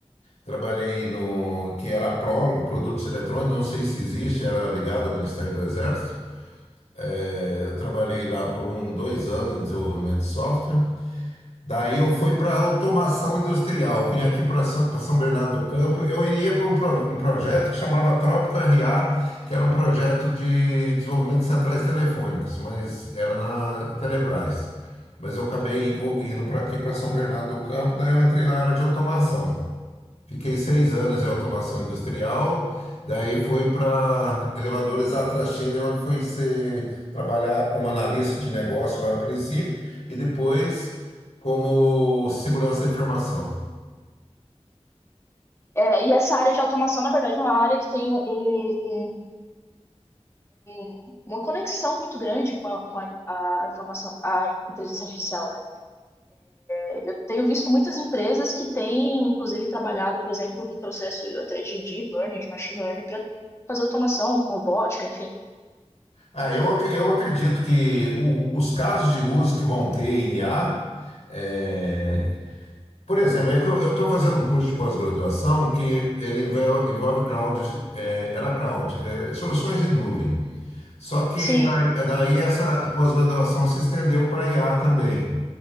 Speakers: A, on the left (about 85°); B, on the left (about 25°).
A: Trabalhei no que era a Prólogo, Produtos Eletrônicos, não sei se existe, era ligado ao Ministério do Exército. É, Eu trabalhei lá por um, dois anos em desenvolvimento de software. Daí eu fui para automação industrial. Vim aqui para São Bernardo do Campo. Eu iria para um, pro- um projeto que chamava Trópico RA, que era um projeto de desenvolvimento de centrais telefônicas, mas era na Telebrás. Mas eu acabei vo- indo para aqui para São Bernardo do Campo. Daí eu entrei na área de automação. Fiquei seis anos em automação industrial, daí fui para elevadores Atrachina, onde fui ser, trabalhar como analista de negócio a princípio e depois como segurança da informação.
B: É, e essa área de automação, na verdade, é uma área que tem um, um- um- um, uma conexão muito grande com a, com a- a informação, a inteligência artificial, né? É, Eu tenho visto muitas empresas que têm, inclusive, trabalhado, por exemplo, no processo até de deep learning, de machine learning, para fazer automação com robótica, enfim.
A: Ah, eu, ac- eu acredito que o- os casos de uso que vão ter em IA, é, por exemplo, é que eu estou fazendo um curso de pós-graduação que ele envol- envolve, cloud, é, era cloud, é, soluções em nuvem. Só que
B: Sim,
A: daí, daí essa pós-graduação se estendeu para IA também.